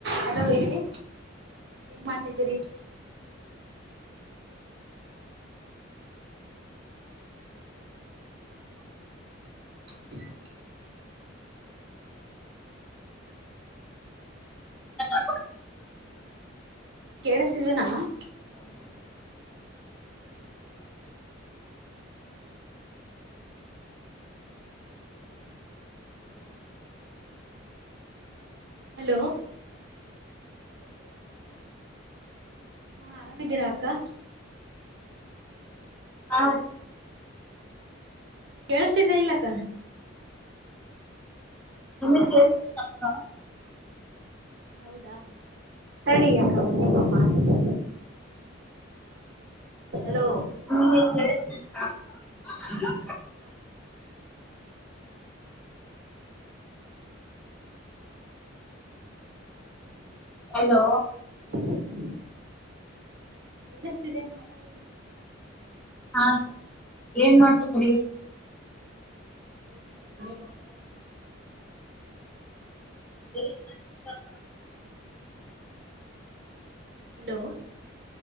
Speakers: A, on the right; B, in the centre.
A: Hello ಹೇಳಿ ಏನ್ ಮಾಡ್ತಿದ್ದೀರಿ. <inaudible>
B: <inaudible>
A: ಕೇಳಸ್ತಿದಿನಾ - ಹಲೋ- ಹಾ ಆರಾಮಿದ್ದೀರಾ ಅಕ್ಕ.
B: ಹಾ.
A: ಕೇಳಸ್ತಿದಿಯ ಇಲ್ಲಕ್ಕ.
B: ಏನ್ ಕೇಳಸ್ತಿಲ್ಲ ಅಕ್ಕ.
A: ಹೌದಾ ತಡಿ ಅಕ್ಕ ಮನೆಗೆ ಹೋಗಿ ಮಾಡ್ತೀನಿ. ಹಲೋ.
B: ನಿಂಗೇನ ಕೇಳಸ್ತ. <unintelligible>
A: ಹಾ.
B: ಹಲೋ.
A: <inaudible> ಕೇಳಿಸ್ತಿದೆ ಮಾತಾಡಿ.
B: ಹಾ ಏನ್ ಮಾಡ್ತಿದ್ದೀರಿ.
A: ಏನ ಇಲ್ಲ ಮನೆಗೆ ಹೋಗ್ತಾ ಇದ್ದೆ.
B: <inaudible>
A: ಹಲೋ.